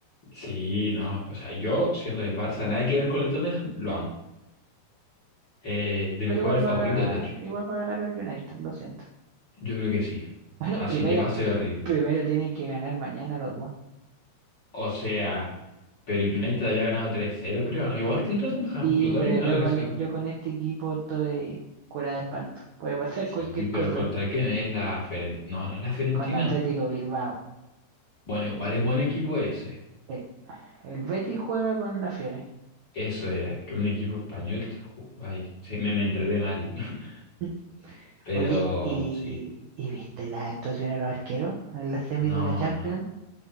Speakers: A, on the left (about 30°); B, on the right (about 80°).
A: Sí, no. O sea, yo siendo del Barça, nada que ver con el Tottenham, lo amo. Eh, de
B: Pero
A: mis jugadores
B: igual
A: favoritos,
B: va,
A: de hecho.
B: igual va a ganar el United, lo siento. <laughs>
A: Yo creo que sí.
B: Bueno,
A: Así
B: primero,
A: que va a ser horrible.
B: primero tienen que ganar mañana los dos.
A: O sea, pero el United había ganado tres cero creo, ¿no? Igual que el Tottenham,
B: Sí,
A: lo también
B: pero
A: ganó
B: yo
A: tres
B: con,
A: cero
B: e- yo con este equipo estoy cura de espanto. Puede pasar
A: Sí,
B: <laughs> cualquier
A: pero
B: cosa.
A: ¿contra quién es la Fiorentina? No, no es la Fiorentina.
B: Con el Atlético Bilbao.
A: Bueno, igual es buen equipo ese.
B: eh, El Betis juega con la Fiore.
A: Eso era, que un equipo español. se Ay, sí, me, me enredé mal. <laughs>
B: <laughs>
A: Pero
B: Oye, ¿y,
A: sí,
B: y viste las actuaciones de los arqueros en las semis
A: no,
B: de la Champions?
A: no.